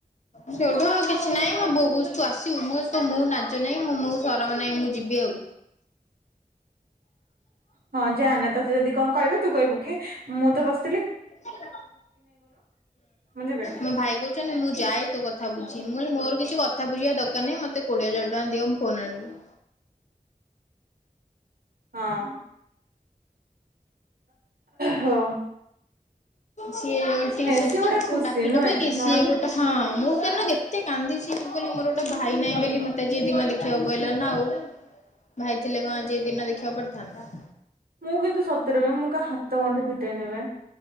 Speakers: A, on the left; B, on the right.
A: ସେଉଠୁ ଆଉ କିଛି ନାଇଁ ମୋ ବୋଉ କୋଉଚି ତୁ ଆସିବୁ ମୁଁ କଇଲି ତୋ ମୁଁହ କୁ ନାଜ ନାଇଁ ମୁଁହକୁ ସରମ ନାଇଁ ମୁଁ ଯିବି ଆଉ।
B: ହଁ ଯାଆନା ତତେ ଯଦି କଣ କହିବେ ତୁ କହିବୁ କି ମୁଁ ତ ବାସ୍
A: ହୁଁ
B: ମୁଁ ଯିବିନି
A: ମୋ ଭାଇ କୋ ଉଚନ୍ତି ମୁଁ ଯାଏ ତୋ କଥା ବୁଝିବି ମୁଁ କହିଲି ମୋର କିଛି କଥା ବୁଝିବା ଦରକାର ନାହି ମତେ କୋଡିଏ ହଜାର ଟଙ୍କା ଦିଅ ମୁଁ ଫୋନ ଆଣିବି।
B: ହଁ। ହଁ।
A: ସିଏ ଓଲ୍ଟି ସେ
B: ସିଏ
A: ଦିନ
B: ଗୋଟେ
A: ମତେ ସବୁ
B: ଖୁସି
A: ଡାକି
B: ନୁହେଁ
A: ଡୁକିକି
B: ନଣନ୍ଦ
A: ସିଏ ଗୋଟେ ହଁ ମୁଁ ତ ତ ଯେତେ କାନ୍ଦିଛି ମୁଁ କହିଲି ମୋର ଗୋଟ ଭାଇ ନାଇଁ ବୋଲି ମତେ ଆଜି ଏ ଦିନ ଦେଖିବାକୁ ପଇଲା ନା ଆଉ। ଭାଇ ଥିଲେ କଣ ଆଜି ଏ ଦିନ ଦେଖିବାକୁ ପଡିଥାନ୍ତ।
B: ମୁଁ କିନ୍ତୁ ସତରେ ମୁଁ କାହା ହାତଗଣ୍ଠି ଫିଟେଇନି ବେ